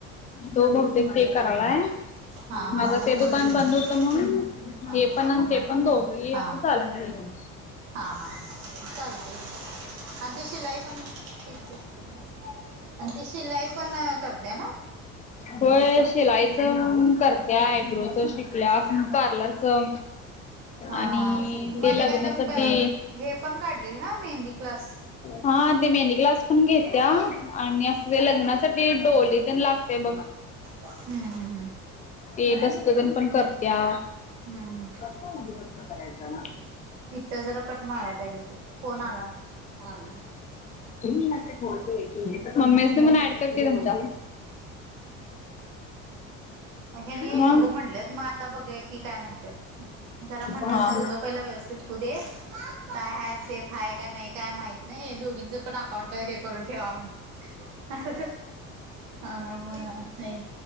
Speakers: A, on the left; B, on the right.
A: तो बहुतेक ते करायलाय.
B: हा हा हा
A: माझं
B: हा मग
A: ते
B: ती
A: दुकान
B: हे करणार
A: बंद होतं म्हणून
B: हा
A: हे
B: हा
A: पण आन ते पण दोघी
B: हा
A: असं चालवणार आहे की.
B: हा हा चालते की आणि ते शिलाई पण तीत बसले आहे आणि ते शिलाई पण करत्या ना.
A: होय शिलाईचां अम करत्या आयब्रोचा शिकल्यास पार्लर चा
B: हा हा
A: आणि
B: मध्ये
A: ते लग्नासाठी
B: काय तर हे पण काढलेल ना मेहंदी क्लास
A: हा ते मेहंदी क् लास पण घेत्या आणि असं वे लग्नासाठी डोली तेन लागते बघ
B: हम्म हम्म. हम्म
A: ते येत तस्त गण पण करत्या.
B: हम्म हम्म
A: तो उगवष्ट करायचा ना.
B: इथं जरा कट मारयला पाहिजे तेच कोण आला नाही.
A: <unintelligible> मम्मीसे म्हणा ऍड करते तुमच्या.
B: हेनी
A: मग
B: नको म्हणलेत म आता बघू या की काय म्हणत्यात. जरा म्हटलं
A: हा
B: तुझं पहिलं व्यवस्थित होऊ दे काय हाय सेफ आहे का नाही काय माहिती. नाही हे दोघींचं पण अकाउंट हे करून ठेवा म्हटलं. हा हा हा म हा हाय.